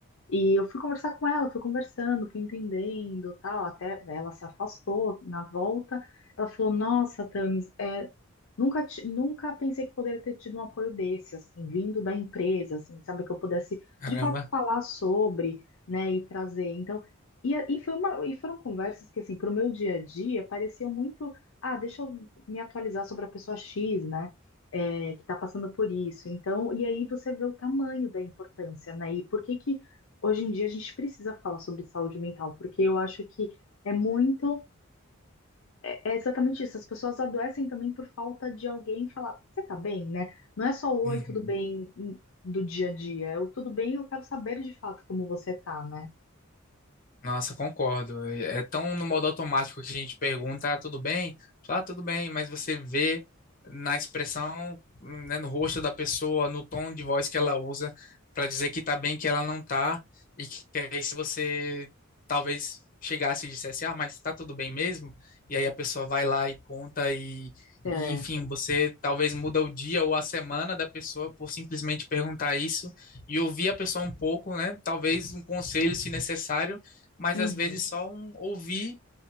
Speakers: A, on the left; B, on the left.
A: E eu fui conversar com ela, fui conversando, fui entendendo, tal, até ela se afastou na volta. Ela falou: "Nossa, Thames, é, nunca ti- nunca pensei que poderia ter tido um apoio desse, assim, vindo da empresa, assim, sabe que eu pudesse
B: Caramba.
A: de fato falar sobre, né, e trazer". Então, e, a- e foi uma e foram conversas que assim, para o meu dia a dia, pareciam muito, ah, deixa eu me atualizar sobre a pessoa X, né? é, que está passando por isso. Então, e aí você vê o tamanho da importância, né? E por que que hoje em dia a gente precisa falar sobre saúde mental, porque eu acho que é muito, é exatamente isso. As pessoas adoecem também por falta de alguém falar, você tá bem, né? Não é só o oi,
B: Uhum.
A: tudo bem hum, do dia a dia, é o tudo bem, eu quero saber de fato como você tá, né?
B: Nossa, concordo. É tão no modo automático que a gente pergunta, ah, tudo bem? Fala, "Ah, tudo bem, mas você vê na expressão, né, no rosto da pessoa, no tom de voz que ela usa para dizer que tá bem, que ela não tá, e que aí se você talvez chegasse e dissesse, ah, mas tá tudo bem mesmo? E aí a pessoa vai lá e conta e,
A: É,
B: e enfim, você talvez muda o dia ou a semana da pessoa por simplesmente perguntar isso e ouvir a pessoa um pouco, né? Talvez um conselho, se necessário mas
A: uhum,
B: às vezes só um ouvir